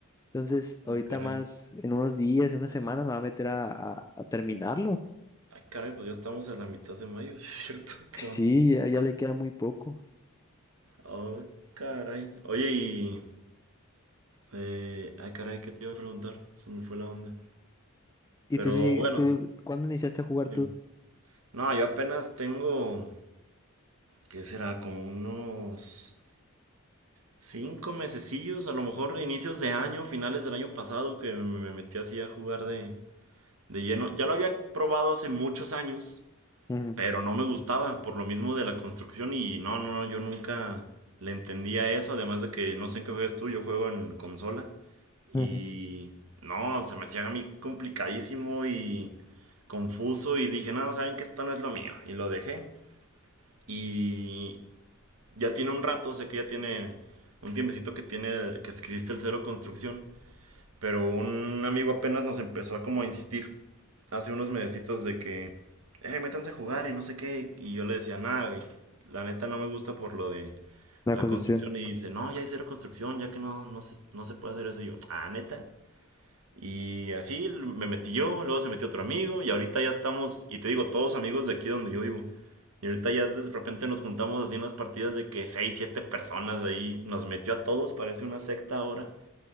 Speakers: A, on the left; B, on the right.
A: Entonces, ahorita
B: Ah, caray.
A: más, en unos días, en unas semanas, me va a meter a, a- a terminarlo.
B: Ah, caray, pues ya estamos a la mitad de mayo, <laughs> ¿es cierto?
A: Sí,
B: ¿Qué onda?
A: ya, ya le queda muy poco.
B: Oh, caray. Oye, y... eh, ay, caray, ¿qué te iba a preguntar? Se me fue la onda.
A: ¿Y
B: Pero
A: tú, sí-
B: bueno,
A: tú, cuándo iniciaste a jugar
B: dime.
A: tú?
B: no, yo apenas tengo, ¿qué será? Como unos cinco mesecillos, a lo mejor inicios de año, finales del año pasado, que me me metí así a jugar de, de lleno. Ya lo había probado hace muchos años,
A: Ujú,
B: Pero no me gustaba por lo mismo de la construcción y no, no, no, yo nunca le entendía eso, además de que no sé en qué juegas tú, yo juego en consola
A: ujú.
B: y no, se me hacía a mí complicadísimo y confuso y dije, no, saben que esto no es lo mío y lo dejé y ya tiene un rato, sé que ya tiene un tiempecito que tiene que existe el cero construcción, pero un amigo apenas nos empezó a como insistir hace unos mesecitos de que, eh, métanse a jugar y no sé qué. Y yo le decía, nada, güey, la neta no me gusta por lo de
A: La
B: la
A: construcción.
B: construcción. Y dice, no, ya hay cero construcción, ya que no, no se, no se puede hacer eso. Y yo, ah, neta. Y así me metí yo, luego se metió otro amigo y ahorita ya estamos, y te digo, todos amigos de aquí donde yo vivo. Y ahorita ya de repente nos juntamos así en unas partidas de que 6 7 personas ahí, nos metió a todos, parece una secta ahora.